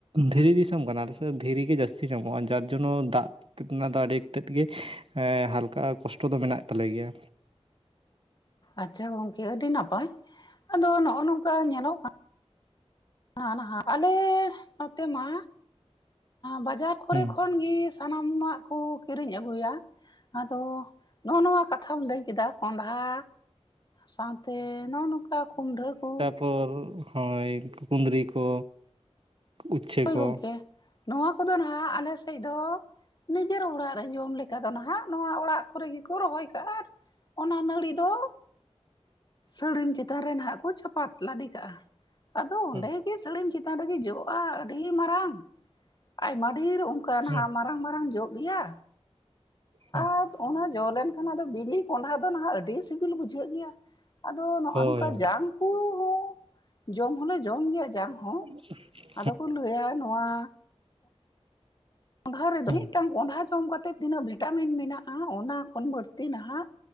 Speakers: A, on the right; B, on the left.
A: ᱫᱷᱤᱨᱤ ᱫᱤᱥᱚᱢ ᱠᱟᱱᱟ ᱟᱞᱮᱥᱮᱫ ᱫᱚ ᱫᱷᱤᱨᱤ ᱜᱮ ᱡᱟᱹᱥ ᱥᱤ ᱧᱟᱢᱚᱜᱼᱟ ᱡᱟᱨ ᱡᱚᱱᱱᱳ ᱫᱟᱜ ᱨᱮᱱᱟᱜ ᱫᱚ ᱟᱹᱰᱤ ᱛᱮᱫ ᱜᱮ ᱮᱸ ᱦᱟᱞᱠᱟ ᱠᱚᱥᱴᱚ ᱫᱚ ᱢᱮᱱᱟᱜ ᱛᱟᱞᱮ ᱜᱮᱭᱟ᱾
B: ᱟᱪᱷᱟ ᱜᱚᱝᱠᱮ ᱟᱹᱰᱤ ᱱᱟᱯᱟᱭ ᱟᱫᱚ ᱱᱚᱜᱼᱚ ᱱᱚᱝᱠᱟ ᱧᱮᱞᱚᱜ ᱠᱟᱱᱟ ᱱᱟᱦᱟᱸᱜ ᱟᱞᱮ ᱱᱚᱛᱮ ᱢᱟ ᱵᱟᱡᱟᱨ
A: ᱦᱩᱸ
B: ᱠᱚᱨᱮ ᱠᱷᱚᱱ ᱠᱷᱚᱱ ᱜᱮ ᱥᱟᱱᱟᱢᱟᱜ ᱠᱚ ᱠᱤᱨᱤᱧ ᱟᱹᱜᱩᱭᱟ-᱾ ᱟᱫᱚ ᱱᱚᱜᱼᱚ ᱱᱚᱣᱟ ᱠᱟᱛᱷᱟᱢ ᱞᱟᱹᱭ ᱠᱮᱫᱟ ᱠᱚᱸᱰᱦᱷᱟ ᱥᱟᱣᱛᱮ ᱱᱚᱜᱼᱚ ᱱᱚᱝᱠᱟ ᱠᱩᱢᱰᱟᱹ ᱠᱚ᱾
A: ᱯᱚᱨ ᱦᱚᱸᱳᱭ ᱠᱩᱸᱫᱽᱨᱤ ᱠᱚ᱾ ᱩᱪᱷᱟᱹ
B: ᱦᱳᱭ
A: ᱠᱚ
B: ᱜᱚᱝᱠᱮ ᱱᱚᱣᱟ ᱠᱚᱫᱚ ᱱᱦᱟᱜ ᱟᱞᱮ ᱥᱮᱡ ᱫᱚ ᱱᱤᱡᱟᱹᱨ ᱚᱲᱟᱜ ᱨᱮ ᱡᱚᱢ ᱞᱮᱠᱟ ᱫᱚ ᱱᱦᱟᱜ ᱱᱚᱣᱟ ᱚᱲᱟᱜ ᱠᱚᱨᱮ ᱜᱮᱠᱚ ᱨᱚᱦᱚᱭ ᱠᱟᱜᱼᱟ ᱟᱨ ᱚᱱᱟ ᱱᱟᱹᱲᱤ ᱫᱚ ᱥᱟᱹᱲᱤᱢ ᱪᱮᱛᱟᱱ ᱨᱮ ᱱᱟᱦᱟᱜ ᱠᱚ ᱪᱟᱯᱟᱫ ᱞᱟᱫᱮ ᱠᱟᱜᱼᱟ᱾ ᱟᱫᱚ ᱚᱸᱰᱮ
A: ᱦᱩᱸ
B: ᱜᱮ ᱥᱟᱹᱲᱤᱢ ᱪᱮᱛᱟᱱ ᱨᱮᱜᱮ ᱡᱚᱜᱼᱟ᱾ ᱟᱹᱰᱤ ᱢᱟᱨᱟᱝ ᱟᱭᱢᱟ ᱰᱷᱮᱨ ᱚᱱᱠᱟ ᱱᱦᱟᱜ
A: ᱦᱩᱸ
B: ᱢᱟᱨᱟᱝ ᱢᱟᱨᱟᱝ ᱡᱚᱜ ᱜᱮᱭᱟ᱾
A: ᱦᱩᱸ
B: ᱟᱫ ᱚᱱᱟ ᱡᱚ ᱞᱮᱱ ᱠᱷᱟᱱ ᱵᱤᱞᱤ ᱠᱚᱱᱰᱷᱟ ᱫᱚ ᱱᱦᱟᱜ ᱟᱹᱰᱤ ᱥᱤᱵᱤᱞ ᱵᱩᱡᱷᱟᱹᱜ ᱜᱮᱭᱟ᱾ ᱟᱫᱚ ᱱᱚᱜᱼᱚ
A: ᱦᱳᱭ
B: ᱱᱚᱝᱠᱟ
A: ᱦᱳᱭ
B: ᱡᱟᱝ ᱠᱚᱦᱚᱸ ᱡᱚᱢ ᱦᱚᱞᱮ ᱡᱚᱢ ᱜᱮᱭᱟ ᱡᱟᱝ ᱦᱚᱸ᱾
A: <inaudible>
B: ᱟᱫᱚ ᱠᱚ ᱞᱟᱹᱭᱟ ᱱᱚᱣᱟ ᱠᱸᱰᱷᱟ ᱨᱮᱫᱚ
A: ᱦᱩᱸ
B: ᱢᱤᱫᱴᱟᱱ ᱠᱚᱸᱰᱷᱟ ᱡᱚᱢ ᱠᱟᱛᱮᱫ ᱛᱤᱱᱟᱹᱜ ᱵᱷᱤᱴᱟᱢᱤᱱ ᱢᱮᱱᱟᱜᱼᱟ ᱚᱱᱟ ᱠᱷᱚᱱ ᱵᱟᱹᱲᱛᱤ ᱱᱦᱟᱜ